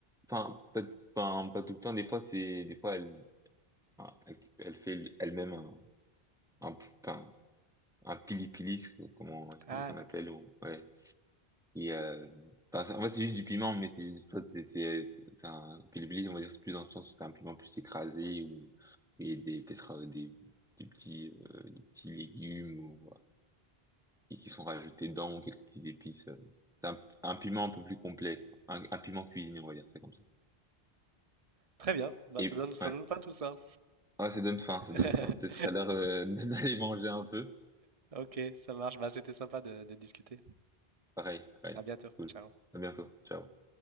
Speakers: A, in the centre; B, on the right (about 35°).
A: Enfin, pas, enfin, pas tout le temps. Des fois, c'est, des fois, elle, enfin, elle, elle fait elle-même un, un, enfin, un pili-pili, ce que- comment est-ce que-
B: Ah,
A: qu'on
B: d'accord.
A: appelle, ou, ouais. Et euh, enfin, c'est- en fait, c'est juste du piment, mais c'est juste, soit c'est c'est c'est un pili pili, on va dire, c'est plus dans le sens où c'est un piment plus écrasé ou et des peut-être euh, des, des petits euh, des petits légumes ou euh, et qui sont rajoutés dedans ou quelques petites épices. euh. C'est un, un piment un peu plus complet, un, un piment cuisiné, on va dire, c'est comme ça.
B: Très bien, bah,
A: Et
B: ça donne, ça
A: ouais,
B: donne faim tout ça.
A: ouais, ça donne faim, ça
B: <laughs>
A: donne faim. Peut-être que ça a l'air euh, <laughs> d'aller manger un peu.
B: Ok, ça marche, bah, c'était sympa de de discuter.
A: Pareil, pareil.
B: À bientôt.
A: Cool.
B: Ciao.
A: À bientôt. Ciao.